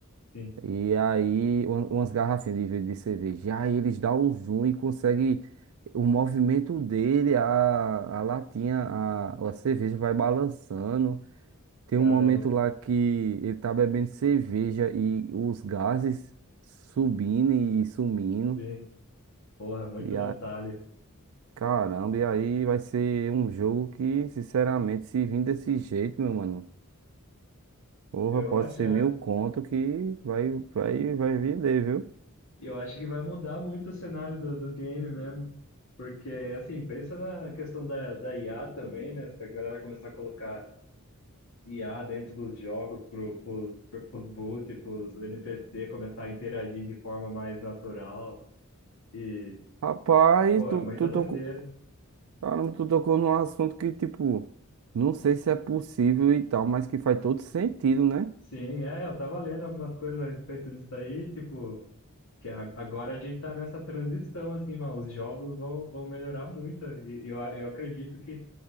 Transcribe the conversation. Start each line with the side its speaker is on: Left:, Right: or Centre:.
Left: Sim,
Right: E aí, uma- umas garrafinhas de, de cerveja. E aí eles dão o zoom e conseguem o movimento dele, a, a latinha, a, a cerveja vai balançando. Tem
Left: caramba,
Right: um momento
Left: mano.
Right: lá que ele tá bebendo cerveja e os gases subindo e sumindo.
Left: sim. Porra, muito
Right: E
Left: detalhe.
Right: Caramba, e aí vai ser um jogo que, sinceramente, se vir desse jeito, meu mano, porra,
Left: Eu
Right: pode
Left: acho,
Right: ser
Left: é,
Right: mil conto que vai, vai, vai vender, viu?
Left: eu acho que vai mudar muito o cenário do, do game mesmo. Porque, assim, pensa na questão da, da IA também, né? Se a galera começar a colocar IA dentro dos jogos pro, pros, pros boot, pros NPC começar a interagir de forma mais natural. E,
Right: Rapaz,
Left: pô,
Right: tu,
Left: é muita
Right: tu
Left: doideira.
Right: tocou, caramba, tu tocou num assunto que, tipo, não sei se é possível e tal, mas que faz todo sentido, né?
Left: Sim, é, eu tava lendo algumas coisas a respeito disso aí, tipo, que a- agora a gente tá nessa transição, assim, mano, os jogos vão, vão melhorar muito. E eu, eu acredito que,